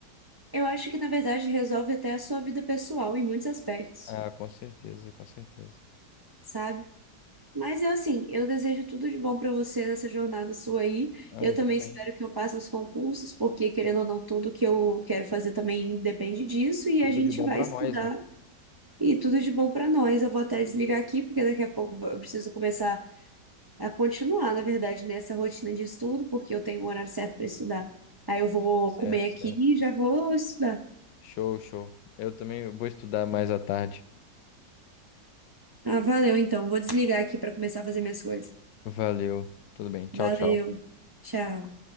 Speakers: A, on the right (about 35°); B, on the left (about 85°).
A: Eu acho que, na verdade, resolve até a sua vida pessoal em muitos aspectos,
B: Ah, com certeza, com certeza.
A: sabe? Mas eu, assim, eu desejo tudo de bom para você nessa jornada sua aí.
B: Ah,
A: Eu
B: igualmente.
A: também espero que eu passe os concursos, porque, querendo ou não, tudo que eu quero fazer também depende disso. E
B: Tudo
A: a gente
B: de bom
A: vai
B: pra
A: estudar.
B: nós, né?
A: E tudo de bom pra nós. Eu vou até desligar aqui, porque daqui a pouco eu preciso começar a continuar, na verdade, nessa rotina de estudo, porque eu tenho um horário certo para estudar. Aí eu vou
B: Certo,
A: comer aqui
B: certo.
A: e já vou estudar.
B: Show, show. Eu também vou estudar mais à tarde.
A: Ah, valeu, então. Vou desligar aqui para começar a fazer minhas coisas.
B: Valeu. Tudo bem. Tchau,
A: Valeu.
B: tchau.
A: Tchau.